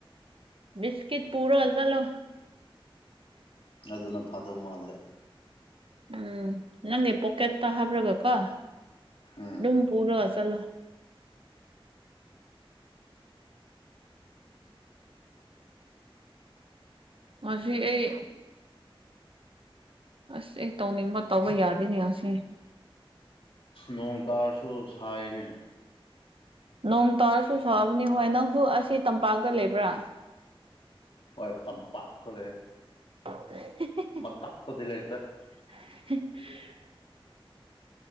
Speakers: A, on the right; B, on the left.
A: ꯕꯤꯁꯀꯤꯠ ꯄꯨꯔꯒ ꯆꯠꯂꯣ
B: ꯑꯗꯨꯅ ꯐꯥꯗꯧ ꯃꯥꯜꯂꯦ
A: ꯎꯝ ꯅꯪꯒꯤ ꯄꯣꯀꯦꯠꯇ ꯍꯥꯕ꯭ꯔꯒ ꯀꯣ
B: ꯎꯝ
A: ꯑꯗꯨꯝ ꯄꯨꯔꯒ ꯆꯠꯜꯂꯣ ꯃꯁꯤ ꯑꯩ ꯑꯁ ꯑꯩ ꯇꯧꯅꯤꯡꯕ ꯇꯧꯕ ꯌꯥꯗꯦꯅꯦ ꯉ ꯁꯤ
B: ꯅꯣꯡ ꯇꯥꯔꯁꯨ ꯁꯥꯏꯅꯦ
A: ꯅꯣꯡ ꯇꯥꯔꯁꯨ ꯁꯛꯑꯕꯅꯤ ꯍꯣꯏ ꯅꯪꯁꯨ ꯑꯁꯤ ꯇꯝꯄꯥꯛꯇ ꯂꯩꯕ꯭ꯔꯥ
B: ꯍꯣꯏ ꯇꯝꯄꯥꯛꯇ ꯂꯩꯦ
A: <inaudible>
B: ꯃꯠ ꯑꯥꯛꯇꯗꯂ ꯑꯩꯇ꯭ꯔꯦ
A: <inaudible>